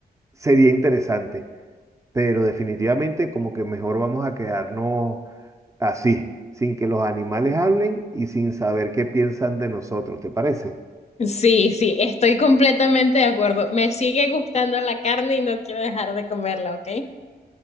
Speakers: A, on the right; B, on the left.
A: sería interesante. Pero definitivamente como que mejor vamos a quedarnos así, sin que los animales hablen y sin saber qué piensan de nosotros. ¿Te parece?
B: Sí, sí, estoy completamente de acuerdo. Me sigue gustando la carne y no quiero dejar de comerla, ¿ok?